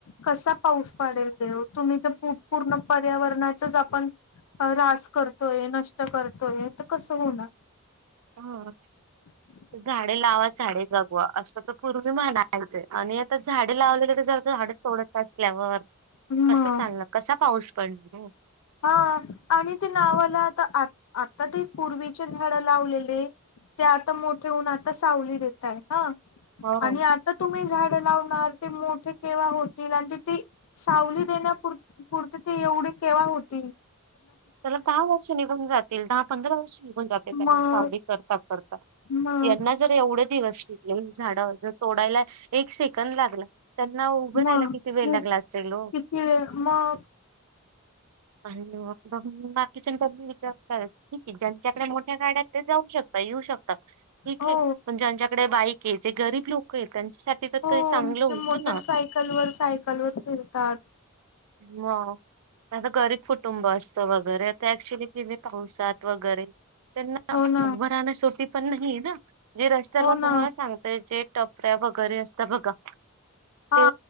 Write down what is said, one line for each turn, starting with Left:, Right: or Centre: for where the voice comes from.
Left: कसा पाऊस पडेल देव तुम्ही जर पूर्ण पर्यावरणाचच आपण त्रास करतोय नष्ट करतोय तर कसं होणार
Right: हा
Left: हम
Right: झाडे लावा झाडे जगवा असं तर पूर्वी म्हणायचं आणि आता झाडे लावले तर ते आता झाड तोडत असल्यावर
Left: मग.
Right: कस चाललं कसा पाऊस पडल
Left: हा आणि ते नावाला आता आ आता ते पूर्वीचे झाडं लावलेले ते आता मोठे होऊन आता सावली देतय हा
Right: हो
Left: आणि आ तर तुम्ही झाड लावणार ते मोठे केव्हा होतील आणि ते ते सावली देण्यार पुरती ते एवढी केव्हा होती
Right: त्याला दहा वर्ष निघून जातील दहा पंधरा वर्ष निघून जातील त्यांना
Left: मग
Right: सावली करता करता
Left: मग
Right: यांना जर एवढे दिवस लागतील झाड जर तोडायला एक सेकंद लागला. त्यांना उभं
Left: मग
Right: राहिलं किती वेळ
Left: खूप
Right: लागला असेल हो
Left: किती वेळ मग
Right: आणि मग बघ बाकीच्या कधी विचारत आहेत. ठीक आहे ज्यांच्याकडे मोठ्या गाड्यात ते जाऊ शकतात येऊ शकतात. ठीक
Left: हो
Right: आहे. पण ज्यांच्याकडे बाईक आहे, जे गरीब लोक आहे त्यांच्यासाठी तर
Left: हो
Right: ते चांगलं होतं
Left: जे मोटरसायकलवर
Right: ना
Left: सायकल वर फिरतात.
Right: मग माझ गरीब कुटुंब अस- वगरेक्चुली पावसात वगैरे त्यांना
Left: हो ना
Right: उभं राहण्यासाठी पण नाही ना जे रस्त्याला
Left: हो
Right: तुम्हाला
Left: ना
Right: सांगतय जे टपऱ्या वगैरे असत बघा
Left: हा
Right: ते